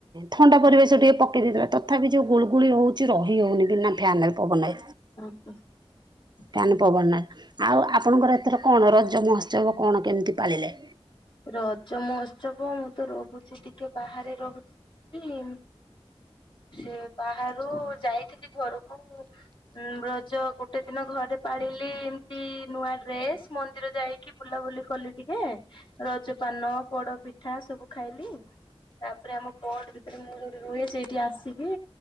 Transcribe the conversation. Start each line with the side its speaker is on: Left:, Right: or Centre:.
Right: ଥଣ୍ଡା ପରିବେଶ ଟିକେ ପକେଇ ଦେଇଥିଲା ତଥାପି ଯୋଉ ଗୁଳୁଗୁଳି ହଉଛି ରହି ହଉନି ବିନା ଫ୍ୟାନରେ ପବନରେ।
Left: କରତ <inaudible>
Right: ଫ୍ୟାନ ପବନରେ ଆଉ ଆପଣଙ୍କର ଏଥର କଣ ରଜ ମହୋତ୍ସବ କଣ କେମିତି ପାଳିଲେ?
Left: ରଜ ମହୋତ୍ସବ କଣ ମୁଁ ତ ରହୁଛି ଟିକେ ବାହାରେ ରହୁଥିଲି ସେ ବାହାରୁ ଯାଇଥିଲି ଘରକୁ ରଜ ଗୋଟେ ଦିନ ଘରେ ପାଳିଲି ଏମତି ନୂଆ ଡ୍ରେସ୍ ମନ୍ଦିର ଯାଇକି ବୁଲାବୁଲି କଲି ଟିକେ ରଜପାନ ପୋଡ ପିଠା ସବୁ ଖାଇଲି ତାପରେ ଆମ କୋଟ ଭିତରେ ମୁଁ ଯୋଉଠି ରୁହେ ସେଇଠି ଆସିକି